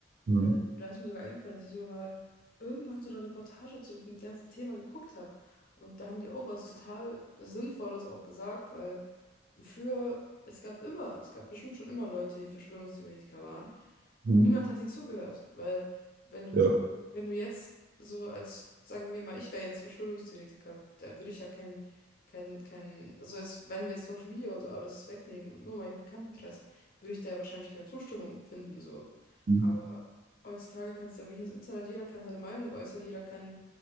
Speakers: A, on the right; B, on the left.
A: Mhm.
B: Äh, da ist mir sogar eingefallen, dass ich sogar mal irgendwann so eine Reportage zu dem ganzen Thema geguckt habe. Und da haben die auch was total Sinnvolles auch gesagt, weil früher, es gab immer, es gab bestimmt schon immer Leute, die Verschwörungstheoretiker waren,
A: Mhm.
B: aber niemand hat ihnen zugehört, weil wenn du,
A: Ja.
B: wenn du jetzt so als, sagen wir mal, ich wäre jetzt Verschwörungstheoretiker, da würde ich ja keinen kein, kein, also jetzt, wenn wir jetzt Social Media und so alles wegnehmen und nur meinen Bekanntenkreis, würde ich da ja wahrscheinlich keine Zustimmung finden, so.
A: Mhm.
B: Aber heutzutage kannst du ja wirklich ins Internet, jeder kann seine Meinung äußern, jeder kann